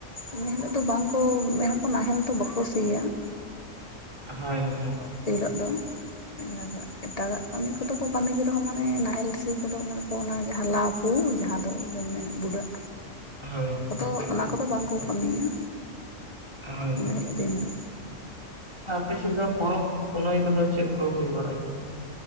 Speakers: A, on the left; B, on the right.
A: ᱤᱱᱟᱹ ᱦᱤᱞᱳᱜ ᱫᱚ ᱵᱟᱝᱠᱚ ᱢᱮᱱᱟᱠᱚ ᱱᱟᱦᱮᱞ ᱫᱚ ᱵᱟᱠᱚ ᱥᱤᱭᱟ ᱾
B: ᱦᱳᱭ᱾ ᱦᱳᱭ
A: ᱟᱢᱵᱟᱵᱚᱛᱤ ᱦᱤᱞᱳᱜ ᱫᱚ᱾ ᱟᱨ ᱮᱴᱟᱜᱟᱜ ᱠᱟᱹᱢᱤ ᱠᱚᱫᱚ ᱠᱚ ᱠᱟᱹᱢᱤ ᱜᱮ ᱨᱮᱦᱚᱸ ᱢᱟᱱᱮ ᱱᱟᱦᱮᱞ ᱥᱤ ᱠᱚᱫᱚ ᱢᱮᱱ ᱠᱚ ᱚᱱᱟ ᱡᱟᱦᱟᱸ ᱞᱟᱵᱷ ᱦᱩ ᱡᱟᱦᱟᱸ ᱫᱚᱵᱮᱱ ᱢᱮᱱᱮᱫ ᱵᱩᱰᱟᱹᱜ
B: ᱦᱳᱭ
A: ᱟᱫᱚ ᱚᱱᱟ ᱠᱚᱫᱚ ᱵᱟᱝᱠᱚ ᱠᱟᱹᱢᱤᱭᱟ
B: ᱦᱳᱭ
A: ᱤᱱᱟ ᱦᱤᱞᱳᱜ ᱫᱤᱱ ᱫᱚ᱾
B: ᱟᱯᱮ ᱥᱮᱫ
A: ᱟᱨ
B: ᱫᱚ ᱯᱚᱨᱚᱵᱽ- ᱯᱩᱱᱟᱹᱭ ᱠᱚᱫᱚ ᱪᱮᱫ ᱠᱚ ᱦᱩᱭ ᱵᱟᱲᱟᱜ ᱜᱮᱭᱟ?